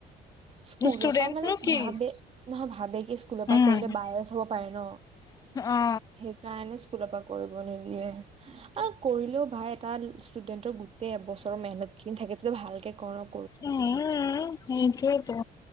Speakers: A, on the right; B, on the left.
A: স্কুলৰ
B: ষ্টুডেন্টনো
A: পৰা মানে
B: কি
A: ভাবে নহয় ভাবে কি স্কুলৰ পৰা
B: উম
A: কৰিলে বাইৰে চ হ'ব পাৰে ন
B: অ
A: সেইকাৰণে স্কুলৰ পৰা। কৰিব নিদিয়ে আৰু কৰিলেও ভাই এটা ই ইষ্টোডেন্টৰ। তে এবছৰৰ মেহনত খিনি থাকে তে ভালকে কৰো।
B: ওম, ওম, <unintelligible> সেইটোৱে